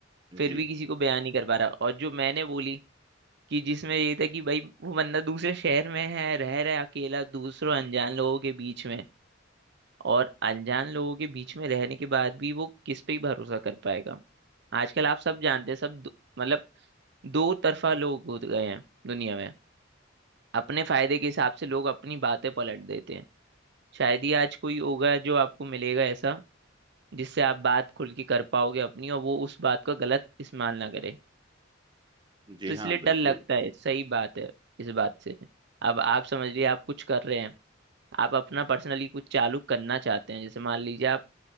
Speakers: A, on the right (about 60°); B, on the right (about 25°).
A: फिर
B: जी
A: भी किसी को बयान नहीं कर पा रहा और जो मैंने बोली कि जिसमें ये था कि भाई वो बंदा दूसरे शहर में है रह रहा है अकेला दूसरों अनजान लोगों के बीच में और अनजान लोगों के बीच में रहने के बाद भी वो किस पे ही भरोसा कर पाएगा आजकल आप सब जानते हैं सब दो- मतलब दो तरफा लोग हो गए हैं दुनिया में अपने फायदे के हिसाब से लोग अपनी बातें पलट देते हैं शायद ही आज कोई होगा जो आपको मिलेगा ऐसा जिससे आप बात खुल के कर पाओगे अपनी और वो उस बात का गलत इस्तेमाल ना करे
B: जी
A: तो इसलिए
B: हाँ
A: डर
B: बिल्कुल
A: लगता है सही बात है इस बात से अब आप समझ लीजिए आप कुछ कर रहे हैं आप अपना पर्सनली कुछ चालू करना चाहते हैं जैसे मान लीजिए आप